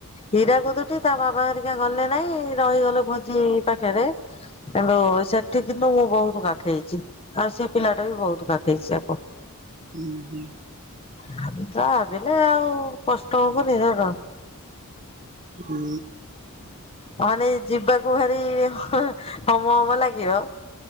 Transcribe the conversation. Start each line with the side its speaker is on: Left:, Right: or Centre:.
Left: ହୀରାକୁଦଠି ତା ବାବାଘରିକା ଗଲେ ନାଇଁ ରହିଗଲେ ଭୋଜି ପାଖରେ କିନ୍ତୁ ସେ ସେଠି କିନ୍ତୁ ମୁଁ ବହୁତ କାଖେଇଛି ଆଉ ସେ ପିଲାଟା ବି ବହୁତ କାଖେଇଛି ଆକୁ।
Right: ହୁଁ ହୁଁ।
Left: ଖାଲିତ ଭାବିଲେ ଆଉ କଷ୍ଟ ହବନି। <unintelligible>
Right: ହୁଁ।
Left: ପାନେ ଯିବାକୁ ଭାରି ହମ ହମ ଲାଗିବ